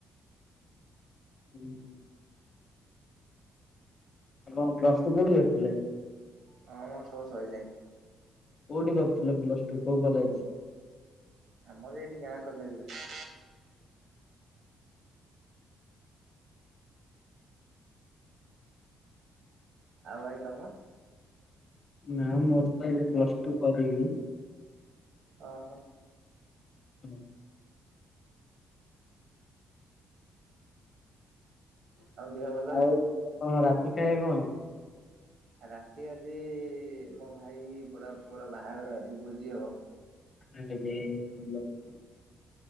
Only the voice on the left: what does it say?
ହୁଁ। ଆପଣ ପ୍ଲସ୍ କୁ କୋଉଠି କରିଥିଲେ?
କୋଉଠି କରୁଥିଲେ ପ୍ଲସ ଟୁ କୋଉ କଲେଜରେ?
ନା ମୋର ତ ଏବେ ପ୍ଲସ ଟୁ କରିବି।
ହୁଁ।
ଆଉ
ଆଜି ଆପଣଙ୍କର ରାତି ଖାଇବ କଣ?
ଆଥିଲା। <unintelligible>